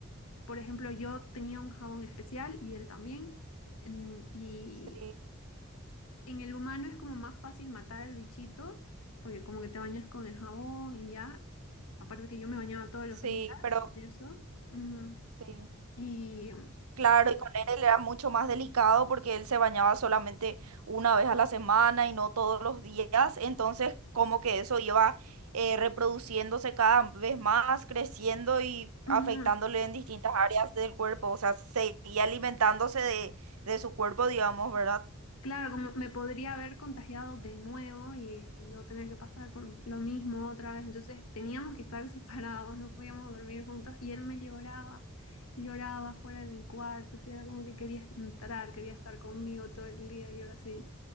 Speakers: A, on the left (about 75°); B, on the right (about 80°).
A: por ejemplo, yo tenía un jabón especial y él también. Mm, Y
B: Sí,
A: en el humano es como más fácil matar al bichito, porque como que te bañas con el jabón y ya. Aparte que yo me bañaba todos los
B: sí,
A: días
B: pero
A: con eso. Ujú.
B: sí.
A: Y
B: Claro, y con él era mucho más delicado porque él se bañaba solamente una vez a la semana y no todos los días, entonces como que eso iba eh, reproduciéndose cada vez más, creciendo y
A: ujú.
B: afectándole en distintas áreas del cuerpo, o sea, seguía alimentándose de, de su cuerpo, digamos, ¿verdad?
A: Claro, como me podría haber contagiado de nuevo y, y yo tener que pasar por lo mismo otra vez. Entonces teníamos que estar <laughs> separados, no podíamos dormir juntos. Y él me lloraba, lloraba fuera de mi cuarto. Así era como que quería entrar, quería estar conmigo todo el día y ahora sí,